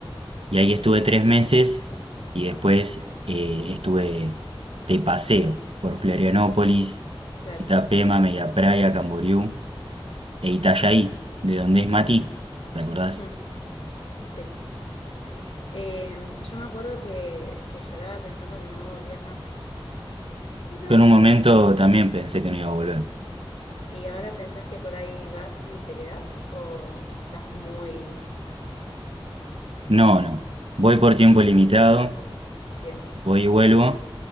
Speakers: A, on the right (about 75°); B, on the left (about 80°).
A: Y ahí estuve tres meses y después eh, estuve de paseo por Florianópolis,
B: claro.
A: Itapema, Media Praia, Camboriú e Itajaí, de donde es Mati, ¿te acordás?
B: Mm, sí. Eh, yo me acuerdo que, que lloraba pensando que no volvías más. No,
A: Yo en un momento
B: se
A: también
B: va.
A: pensé que no iba a volver.
B: ¿Y ahora pensás que por ahí vas y te quedás? ¿O estás muy
A: No, no, voy por tiempo limitado,
B: bien?
A: voy y vuelvo,